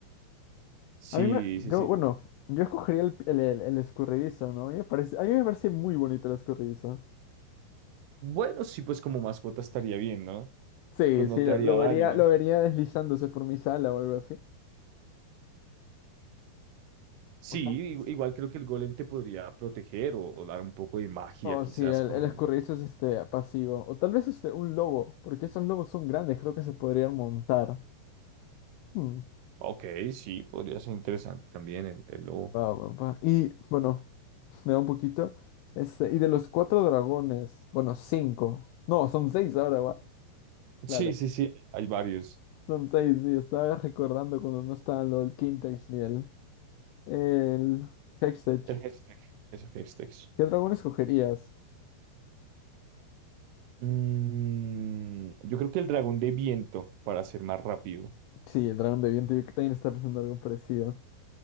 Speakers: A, on the right; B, on the left.
A: Sí,
B: A mí me... Yo,
A: sí, sí.
B: bueno, yo escogería el, el, el- el escurridizo, ¿no? A mí me parece, a mí me parece muy bonito el escurridizo.
A: Bueno, sí, pues como mascota estaría bien, ¿no?
B: Sí,
A: Pues no
B: sí,
A: te
B: lo,
A: haría
B: lo
A: daño.
B: vería, lo vería deslizándose por mi sala o algo así.
A: Sí,
B: O tal vez
A: i- igual creo que el golem te podría proteger o, o dar un poco de magia
B: Oh,
A: quizás
B: sí, el,
A: con...
B: el escurridizo es este pasivo. O tal vez este un lobo, porque esos lobos son grandes, creo que se podrían montar. Hmm,
A: Ok, sí, podría ser interesante también el, el lobo.
B: va, va, va. Y bueno, <laughs> me da un poquito. Este, y de los cuatro dragones, bueno, cinco. No, son seis ahora, va. Claro.
A: Sí, sí, sí, hay varios.
B: Son seis, sí, estaba recordando cuando no estaban lo del Quintex ni el, el Hextech.
A: El hashtag, esos hashtags.
B: ¿Qué dragón escogerías?
A: Mm, yo creo que el dragón de viento, para ser más rápido.
B: Sí, el dragón de viento, yo también estaba pensando algo parecido.